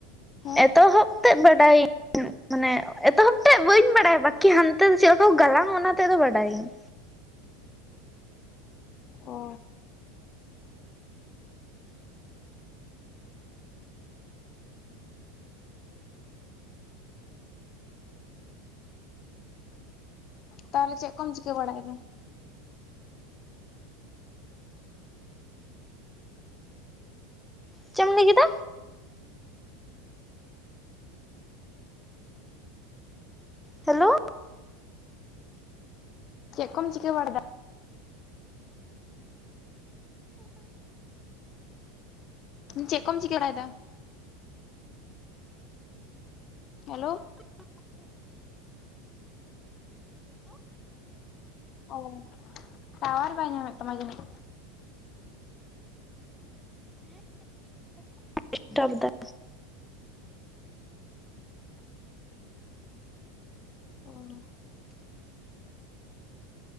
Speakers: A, on the left (about 45°); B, in the centre.
A: ᱦᱮᱸ
B: ᱮᱛᱚᱦᱚᱵᱽ ᱛᱮᱫᱽ ᱵᱟᱰᱟᱭᱟ ᱧ, ᱢᱟᱱᱮ ᱮᱛᱚᱦᱚᱵ ᱴᱟᱜ ᱵᱟᱹᱧ ᱵᱟᱲᱟᱭᱟ ᱵᱟᱹᱠᱤ ᱦᱟᱱᱛᱮ ᱫᱚ ᱪᱮᱫᱠᱟ ᱠᱚ ᱜᱟᱞᱟᱝᱟ ᱚᱱᱟ ᱛᱮᱫᱽ ᱫᱚ ᱵᱟᱰᱟᱭᱟᱹᱧ᱾
A: ᱚ ᱛᱟᱦᱚᱞᱮ ᱪᱮᱫ ᱠᱚᱢ ᱪᱤᱠᱟᱹ ᱵᱟᱲᱟᱭᱮᱫᱟ᱾
B: ᱪᱮᱢ ᱞᱟᱹᱭ ᱠᱮᱫᱟ᱾ ᱦᱮᱞᱳ᱾
A: ᱪᱮᱫ ᱠᱚᱢ ᱪᱤᱠᱟᱹ ᱵᱟᱲᱟᱭ ᱫᱟ᱾ ᱩ ᱪᱮᱜ ᱠᱚᱢ ᱪᱤᱠᱟᱹ ᱵᱟᱲᱟᱭᱫᱟ᱾ ᱦᱮᱞᱳ᱾ ᱚᱻ ᱴᱟᱣᱟᱨ ᱵᱟᱭ ᱧᱟᱢᱮᱫᱽ ᱛᱟᱢᱟ ᱡᱟᱱᱤᱡᱽ᱾
B: ᱰᱤᱥᱴᱟᱵ ᱫᱟᱭ᱾
A: ᱚᱻ